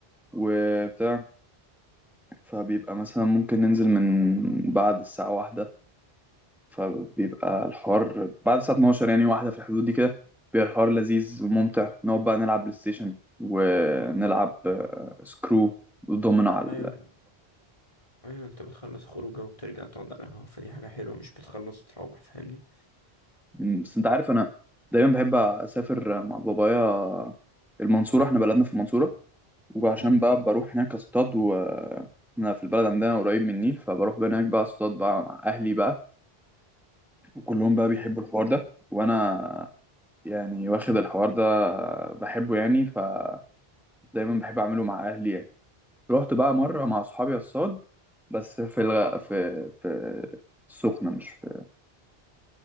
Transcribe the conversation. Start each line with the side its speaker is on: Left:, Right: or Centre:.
Centre: وبتاع فبيبقى مثلا ممكن ننزل من بعد الساعة واحدة فبيبقى الحوار بعد الساعة 12 يعني واحدة في الحدود دي كده بيبقى الحوار لذيذ وممتع نقعد بقى نلعب بلاي ستيشن ونلعب آه، سكرو ودومينو على
Left: أيوة
Centre: ال-
Left: أيوة أنت بتخلص خروجة وبترجع تقعد على القهوة فدي حاجة حلوة مش بتخلص تروح فاهمني
Centre: بس انت عارف انا دايما بحب اسافر مع بابايا المنصورة احنا بلدنا في المنصورة وعشان
Left: امم
Centre: بقى بروح هناك اصطاد و احنا في البلد عندنا قريب من النيل فبروح بقى هناك بقى اصطاد بقى مع اهلي بقى وكلهم بقى بيحبوا
Left: أيوة.
Centre: الحوار ده وانا يعني واخد الحوار ده بحبه يعني فدايما بحب اعمله مع اهلي يعني رحت بقى مره مع اصحابي الصاد بس في الغ... في في السخنه مش في